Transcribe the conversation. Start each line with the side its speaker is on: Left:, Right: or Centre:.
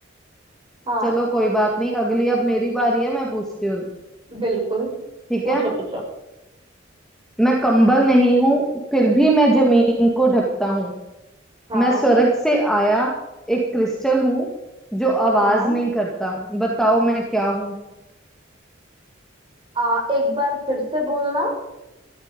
Right: हाँ
Centre: चलो कोई बात नहीं अगली अब मेरी बारी है मैं पूछती हूँ
Right: बिल्कुल
Centre: ठीक
Right: पूछो
Centre: है
Right: पूछो
Centre: मैं कंबल नहीं हूँ फिर भी मैं जमीन को ढकता हूँ
Right: हाँ
Centre: मैं स्वर्ग से आया एक क्रिस्टल हूँ जो आवाज
Right: हाँ
Centre: नहीं करता बताओ मैं क्या हूँ
Right: आ, एक बार फिर से बोलना